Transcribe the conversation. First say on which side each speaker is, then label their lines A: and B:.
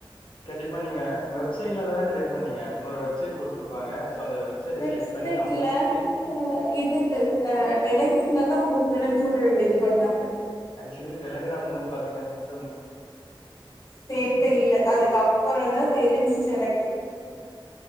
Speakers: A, on the left; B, on the left.
A: கண்டிப்பா நீங்க வெப்சைட்ல தான ட்ரை பண்ணீங்க ஒரு வெப்சைட் குடுத்துருப்பாங்க அந்த வெப்சைட்ட
B: வெப்சைட்
A: கிளிக் பண்ணி அமௌண்ட்
B: இல்ல
A: ரீ
B: ஆ இது இது ஆ டெலிகிராம்லதா உங்களுக்கு வருன் சொல் இது பண்ணாங்க
A: ஆக்சுவலி டெலிக்ராம் வந்து பாத்தீங்கன்னா சிஸ்
B: பேர் தெர்ல அதுக்கப்பறந்தா தெரிஞ்சிச்சு எனக்கு